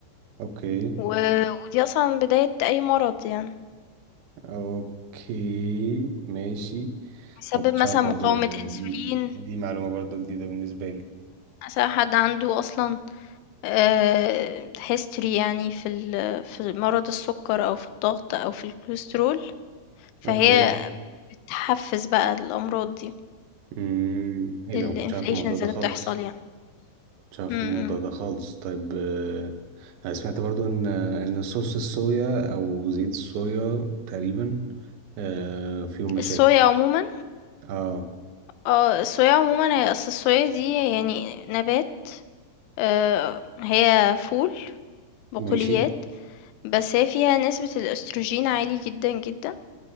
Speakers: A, on the right (about 70°); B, on the left (about 85°).
A: اوكي
B: و... ودي أصلا بداية أي مرض يعني
A: اوكي ماشي انا
B: بيسبب
A: مكنتش
B: مثلا
A: عارف برضو
B: مقاومة
A: يعني
B: أنسولين
A: دي دي معلومة برضو جديدة بالنسبة لي
B: مثلا حد عنده أصلا آه، history يعني في ال... في مرض السكر أو في الضغط أو في الكوليسترول فهي
A: اوكي
B: بتحفز بقى الأمراض دي
A: امم ايه
B: الانفليشنز
A: ده ما كنتش عارف الموضوع ده
B: اللي
A: خالص
B: بتحصل يعني
A: مش عارف
B: م- م.
A: الموضوع ده خالص طيب آه، انا سمعت برضو ان ان صوص الصويا او زيت الصويا تقريبا آه، فيهم مشاكل
B: الصويا عمومًا
A: اه
B: آه، الصويا عمومًا هي أصل الصويا دي يعني نبات آه، هي فول بقوليات
A: ماشي
B: بس هي فيها نسبة الأستروجين عالي جدا جدا